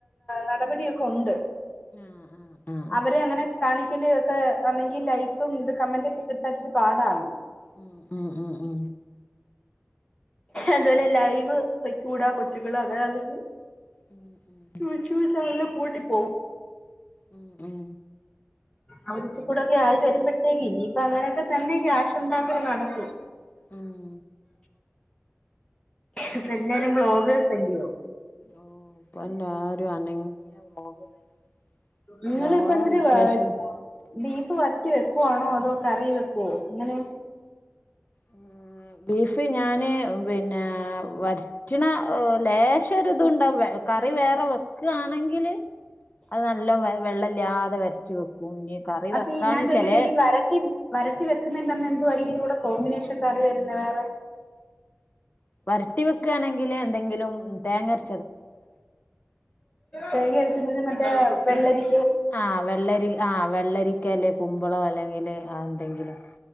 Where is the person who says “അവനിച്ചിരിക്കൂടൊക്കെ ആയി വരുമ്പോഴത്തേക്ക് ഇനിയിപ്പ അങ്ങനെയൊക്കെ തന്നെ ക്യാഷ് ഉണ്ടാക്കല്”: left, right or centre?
Left